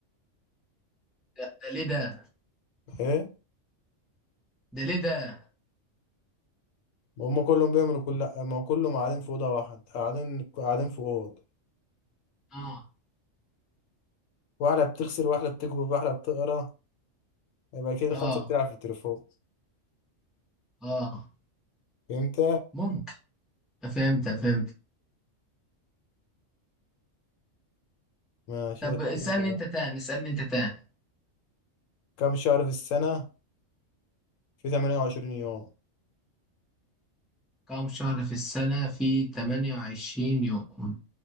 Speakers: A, in the centre; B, on the left.
A: ده ليه ده؟
B: ايه؟
A: ده ليه ده؟
B: هما كلهم بيعملوا كل ما كلهم قاعدين في أوضة واحدة قاعدين قاعدين في أوضة
A: اه
B: واحدة بتغسل واحدة بتكوي واحدة بتقرا يبقى كده الخمسة
A: اه
B: بتلعب في التليفون
A: اه
B: فهمت؟
A: ممكن فهمت فهمت
B: ماشي
A: طب
B: استنى
A: اسألني
B: انت بقى
A: انت تاني اسألني انت تاني
B: كم شهر في السنة؟ في 28 يوم
A: كم شهر في السنة في 28 يوم؟